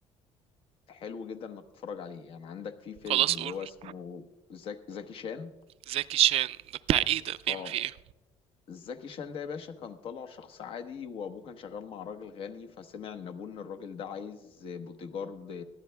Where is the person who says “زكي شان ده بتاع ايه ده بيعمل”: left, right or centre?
Right